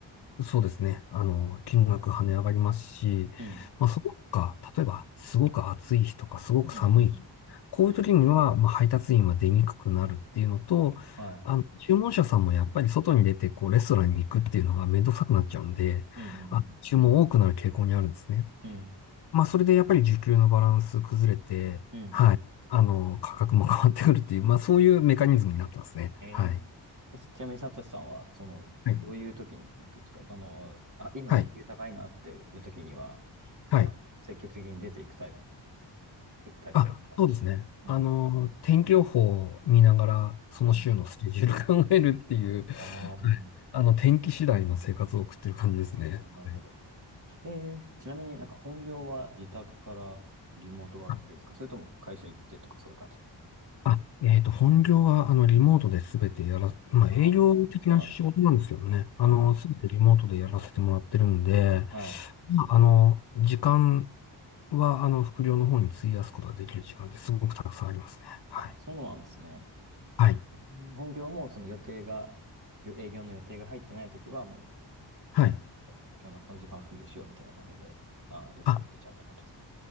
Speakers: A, on the left; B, on the right.
A: そうですね。あの、金額跳ね上がりますし、
B: うん。
A: まあ、そこか、例えば、すごく暑い日とか、すごく寒い日。
B: うん。うん
A: こういう時には、
B: うん
A: まあ、配達員は出にくくなるっていうのと、
B: はい。
A: あの、注文者さんもやっぱり外に出て、こう、レストランに行くっていうのがめんどくさくなっちゃうんで、
B: うん。うん。
A: あ、注文多くなる傾向にあるんですね。
B: うん。うん。
A: まあ、それでやっぱり需給のバランス崩れて、
B: うん
A: はい。あの、価格も変わってくるっていう、まあ、そういうメカニズムになってますね。
B: えー、
A: はい。
B: ちなみにサトシさんは、その、
A: はい。
B: どういう時に行くんですかあの、あ、今時給高いなっていう時には、
A: はい。はい。
B: あ積極的に出ていくタイプ、タイプですか
A: あ、そうですね。
B: うん。
A: あの、天気予報を見ながら、その週のスケジュール
B: うん。
A: <laughs> 考えるっていう、は
B: ああ、な
A: い。あの、天気次第の生活を送ってる感じですね。
B: るほど、なるほど。
A: はい
B: えー、ちなみになんか本業は自宅からリモートワーク系ですかそれとも会社行ってとかそういう感じ
A: あ、あえっと、本業は、あの、リモートで全てやら、
B: うん。
A: まあ、
B: ああ、
A: 営業的な仕事なんですけどね、
B: そうなんですね。はい。
A: あの、全てリモートでやらせてもらってるんで、
B: はい。
A: まあ、あの、時間は、あの、副業の方に費やすことができる時間ってすごくたくさんありますね。はい。
B: あ、そうなんですね。
A: はい。
B: うん本業もその予定が、よ営業の予定が入ってないときはもう、
A: はい。
B: じゃあ副今日のこの時間は副業しようみたいな感じで、あー、予定立てちゃうって感じですか。
A: あ、